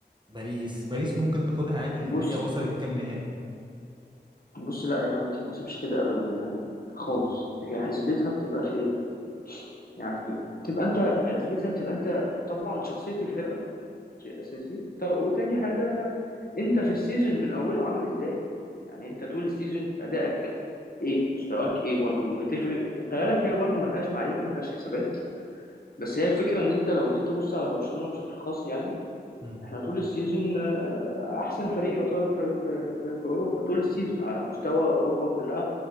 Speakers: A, on the right; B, on the left.
A: باريس باريس ممكن تاخدها عادي
B: بص
A: لأن هي وصلت كام نهائي
B: بص لا هي ما بتتحسبش كده ابدا يعني خالص
A: مم.
B: هي حسبتها بتبقى في ايه يعني تبقى انت حسبتها بتبقى انت طبعا شخصيه الفرقه شيء اساسي طب وتاني حاجه انت في السيزون من اوله عامل ازاي يعني انت طول السيزون ادائك ايه مستواك ايه برضو بتفرق وخلي بالك هي برضو ملهاش معايير وملهاش حسابات بس هي الفكره ان انت لو جيت تبص على برشلونه بشكل خاص يعني
A: مم.
B: احنا طول السيزون آه، احسن فريق يعتبر في في في, في اوروبا طول السيزون على مستوى اوروبا كلها